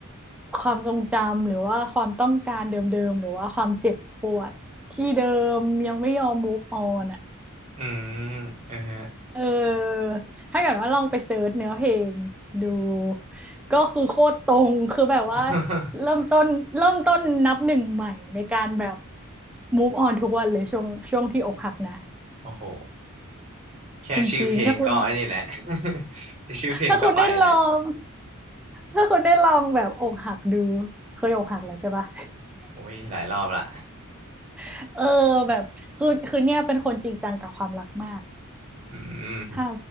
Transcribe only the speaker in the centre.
ความทรงจำหรือว่าความต้องการเดิมๆหรือว่าความเจ็บปวดที่เดิมยังไม่ยอม move on อะ
เออถ้าเกิดว่าลองไปเสิร์ชเนื้อเพลงดูก็คือโคตรตรงคือแบบว่า
เริ่มต้นเริ่มต้นนับหนึ่งใหม่ในการแบบ move on ทุกวันเลยช่วงช่วงที่อกหักนะ
จริงๆถ้าคุณ
ถ้าคุณได้ลองถ้าคุณได้ลองแบบอกหักดูเคยอกหักแล้วใช่ปะ
<laughs> เออแบบคือคือเนี่ยเป็นคนจริงจังกับความรักมาก
ถ้า